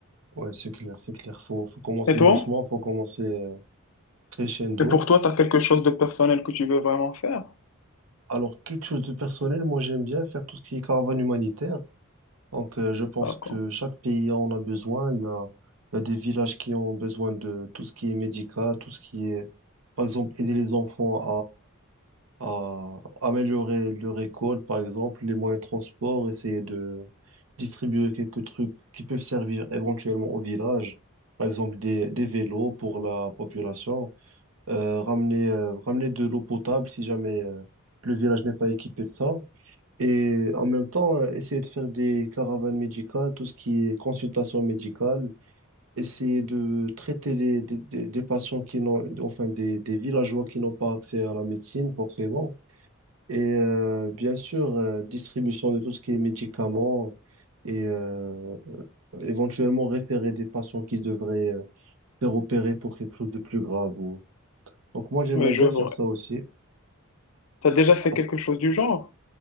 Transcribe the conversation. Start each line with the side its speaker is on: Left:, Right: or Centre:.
Right: Ouais, c'est clair, c'est clair. Faut, faut commencer
Left: Et toi?
Right: doucement, faut commencer euh, crescendo.
Left: Et pour toi, tu as quelque chose de personnel que tu veux vraiment faire?
Right: Alors, quelque chose de personnel, moi, j'aime bien faire tout ce qui est caravane humanitaire. Donc, euh, je pense
Left: D'accord.
Right: que chaque pays en a besoin. Il y a, il y a des villages qui ont besoin de tout ce qui est médical, tout ce qui est, par exemple, aider les enfants à, à améliorer leur école, par exemple, les moyens de transport, essayer de distribuer quelques trucs qui peuvent servir éventuellement au village, par exemple des, des vélos pour la population euh, ramener, euh, ramener de l'eau potable si jamais euh, le village n'est pas équipé de ça. Et en même temps, euh, essayer de faire des caravanes médicales, tout ce qui est consultation médicale, essayer de traiter les- des, des- des patients qui n'ont, enfin des, des villageois qui n'ont pas accès à la médecine forcément. Et euh, bien sûr, euh, distribution de tout ce qui est médicaments et euh, éventuellement référer des patients qui devraient euh, se faire opérer pour quelque chose de plus grave donc moi j'aimerais
Left: Oui,
Right: bien
Left: je vois.
Right: faire ça aussi.
Left: Tu as déjà fait
Right: Ah,
Left: quelque chose du genre?